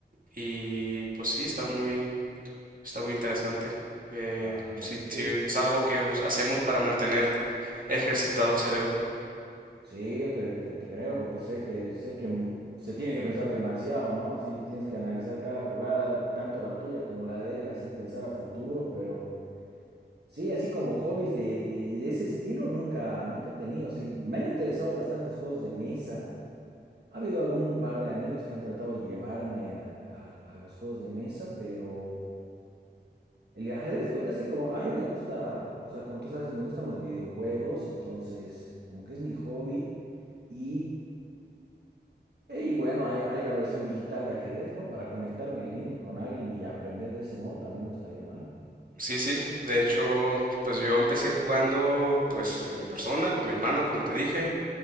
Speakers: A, on the right; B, on the right.
A: Y pues sí, está muy, Está muy interesante. Eh,
B: Ah,
A: sí,
B: oye, qué...
A: sí, es algo que us- hacemos para mantener ejercitado el cerebro.
B: Sí, yo te, te- te creo porque sé que sé que m- se tiene que pensar demasiado, ¿no? Así tienes que analizar cada jugada, tanto la tuya como la de él, así pensar a futuro, pero Sí, así como hobbies de, de- de ese estilo nunca, nunca he tenido. Sí, me han interesado bastantes juegos de mesa. Ha habido algún par de amigos que han tratado de llevarme a, a- a los juegos de mesa, pero el ajedrez podría ser como, a mí me gusta, o sea, como tú sabes, me gustan los videojuegos, entonces como que es mi hobby. Y, y bueno, hay, hay la versión digital de ajedrez, ¿no? Para conectarme en línea con alguien y aprender de ese modo también no estaría mal.
A: Sí, sí. De hecho, pues yo empecé jugando pues en persona con mi hermano, como te dije,